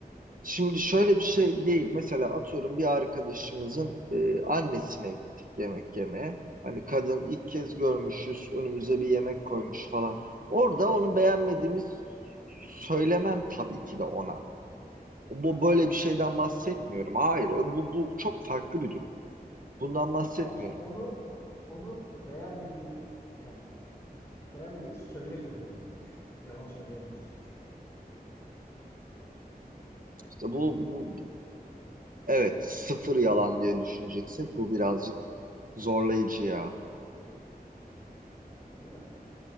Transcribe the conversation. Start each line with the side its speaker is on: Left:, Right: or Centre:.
Right: Şimdi şöyle bir şey değil. Mesela atıyorum bir arkadaşımızın e, annesine gittik yemek yemeye. Hani kadın ilk kez görmüşüz, önümüze bir yemek koymuş falan. Orada onu beğenmediğimiz söylemem tabii ki de ona. Bu
Left: Hah,
Right: böyle
Left: yani
Right: bir şeyden
Left: tamam işte
Right: bahsetmiyorum.
Left: ben de.
Right: Hayır, bu bu çok farklı bir durum. Bundan bahsetmiyorum.
Left: Tamam şimdi onu onu beğenmediğin yani beğenmediğini söylemek zorunda olduğunu düşün. Yalan söyleyemiyorsun çünkü.
Right: İşte bu, bu bu- evet sıfır yalan diye düşüneceksek bu birazcık zorlayıcı ya.
Left: Değil mi?